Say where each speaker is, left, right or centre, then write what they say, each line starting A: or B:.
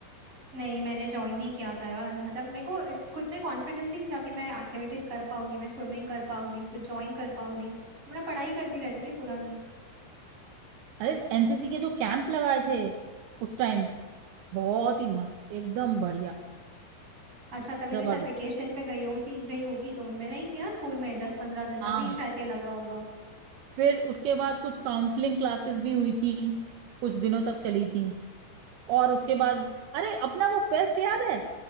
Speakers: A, on the right (about 25°); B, on the right (about 65°).
A: नहीं मैंने ज्वाइन नहीं किया था यार मतलब मेरे को खुद में कॉन्फिडेंस ही नहीं था कि मैं एक्टिविटीज कर पाऊंगी मैं स्विमिंग कर पाऊंगी कुछ ज्वाइन कर पाऊंगी तो मैं पढ़ाई करती रहती थी पूरा दिन
B: अरे एनसीसी के जो कैंप लगाए थे उस टाइम बहुत ही मस्त एकदम बढ़िया
A: अच्छा तभी
B: जबरदस्त
A: मैं शायद वेकेशन पे गई होती गई होगी तो मैं नहीं थी ना स्कूल में दस पंद्रह दिन तभी
B: हाँ
A: शायद ये लगा होगा
B: फिर उसके बाद कुछ काउंसलिंग क्लासेस भी हुई थी कुछ दिनों तक चली थी और उसके बाद अरे अपना वो फेस्ट याद है